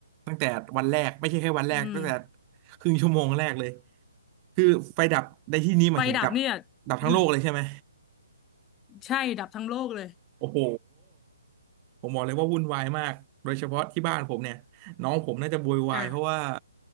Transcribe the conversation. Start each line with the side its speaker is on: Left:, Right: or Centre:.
Right: ตั้งแต่วันแรกไม่ใช่แค่วันแรกตั้งแต่
Left: อืม
Right: ครึ่งชั่วโมงแรกเลยคือไฟดับในที่นี้หมายถึงดับ
Left: ไฟดับเนี่ย
Right: ดับทั้งโลกเลยใช่ไหม
Left: อืมใช่ดับทั้งโลกเลย
Right: โอ้โห ผมบอกเลยว่าวุ่นวายมากโดยเฉพาะที่บ้านผมเนี่ยน้องผมน่าจะโวยวายเพราะว่า
Left: อ่า